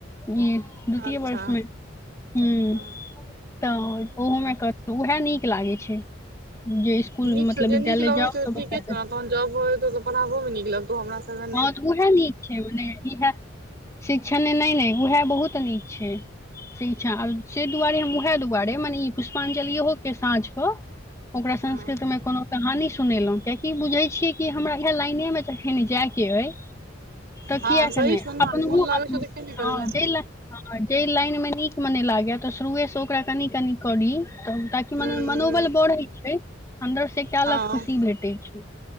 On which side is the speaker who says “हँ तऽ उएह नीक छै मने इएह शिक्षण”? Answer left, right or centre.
Left